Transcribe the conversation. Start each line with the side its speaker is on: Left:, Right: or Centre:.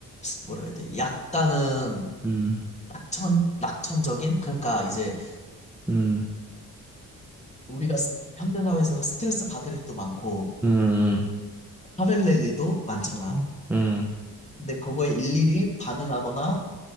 Left: 뭐라 해야 돼? 약간은
Centre: 음,
Left: 낙천, 낙천적인? 그러니까 이제
Centre: 음,
Left: 우리가 스- 현대사회에서는 스트레스 받을 일도 많고
Centre: 음,
Left: 화를 낼 일도 많잖아.
Centre: 음, 음, 음,
Left: 근데 그거에 일일이 반응하거나